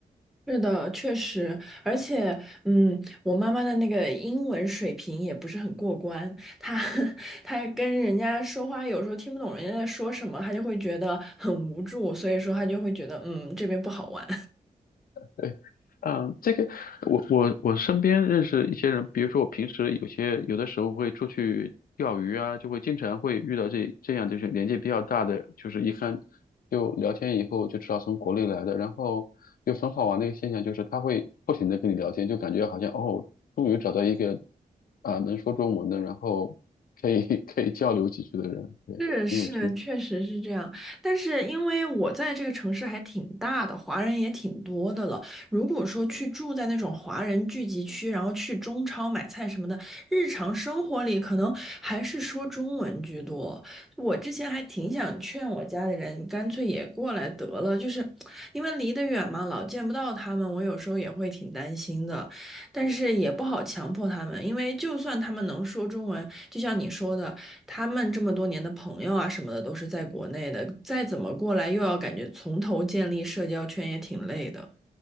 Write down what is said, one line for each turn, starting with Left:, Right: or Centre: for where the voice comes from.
Centre: 是的，确实，而且，嗯，我妈妈的那个英文水平也不是很过关，她 <laughs> 她跟人家说话有时候听不懂人家在说什么，她就会觉得很无助，所以说她就会觉得，嗯，这边不好玩。
Left: 对，嗯，这个我我我身边认识一些人，比如说我平时有些有的时候会出去钓鱼啊，就会经常会遇到这这样就是年纪比较大的，就是一看就聊天以后就知道从国内来的，然后就很好玩的一个现象就是他会不停的跟你聊天，就感觉好像哦，终于找到一个啊、能说中文的，然后可以 <laughs> 可以交流几句的人，对，
Centre: 是是，
Left: 你有这
Centre: 确实是这样。但是因为我在这个城市还挺大的，华人也挺多的了。如果说去住在那种华人聚集区，然后去中超买菜什么的，日常生活里可能还是说中文居多。我之前还挺想劝我家里人，干脆也过来得了，就是因为离得远嘛，老见不到他们，我有时候也会挺担心的。但是也不好强迫他们，因为就算他们能说中文，就像你说的。他们这么多年的朋友啊什么的都是在国内的，再怎么过来又要感觉从头建立社交圈也挺累的。